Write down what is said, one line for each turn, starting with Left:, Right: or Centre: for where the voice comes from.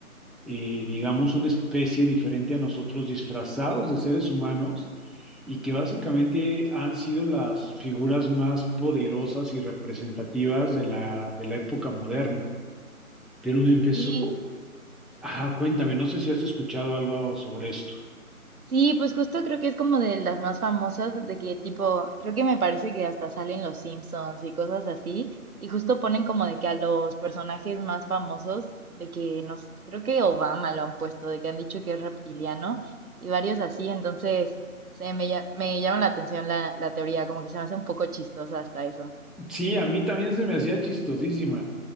Centre: eh, digamos, una especie diferente a nosotros, disfrazados de seres humanos, y que básicamente han sido las figuras más poderosas y representativas de la, de la época moderna. Pero me empezó,
Right: Sí,
Centre: ah, cuéntame, no sé si has escuchado algo sobre esto.
Right: sí, pues justo creo que es como de las más famosas, de que tipo, creo que me parece que hasta salen los Simpsons y cosas así, y justo ponen como de que a los personajes más famosos, de que nos, creo que Obama lo han puesto, de que han dicho que es reptiliano y varios así, entonces se me, lla- me llama la atención la, la teoría, como que se me hace un poco chistosa hasta eso.
Centre: Sí, a mí también se me hacía chistosísima,